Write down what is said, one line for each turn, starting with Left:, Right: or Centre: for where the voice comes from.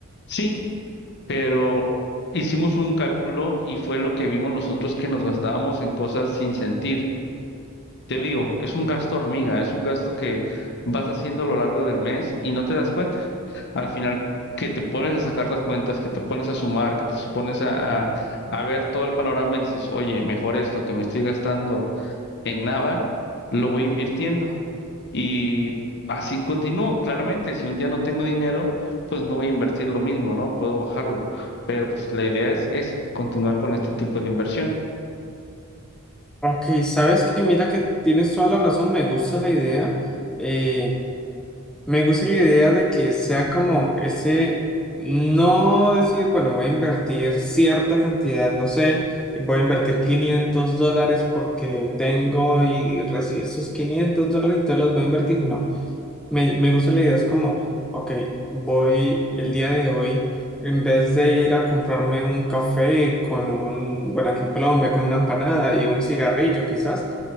Left: Sí, pero hicimos un cálculo y fue lo que vimos nosotros que nos gastábamos en cosas sin sentido. Te digo, es un gasto hormiga, es un gasto que vas haciendo a lo largo del mes y no te das cuenta al final que te pones a sacar las cuentas, que te pones a sumar, que te su- pones a, a, a ver todo el panorama y dices, oye, mejor esto que me estoy gastando en nada, lo voy invirtiendo. Y así continúo, claramente, si un día no tengo dinero, pues no voy a invertir lo mismo, ¿no? Puedo bajarlo, pero pues la idea es esa, continuar con este tipo de inversión.
Centre: Ok, sabes que mira que tienes toda la razón, me gusta la idea, eh, me gusta la idea de que sea como ese, no decir, bueno, voy a invertir cierta cantidad, no sé, voy a invertir 500 dólares porque tengo y recibí esos 500 dólares y todos los voy a invertir, no. Me, me gusta la idea, es como, ok, voy el día de hoy, en vez de ir a comprarme un café con un, bueno, aquí en Colombia, con una empanada y un cigarrillo quizás,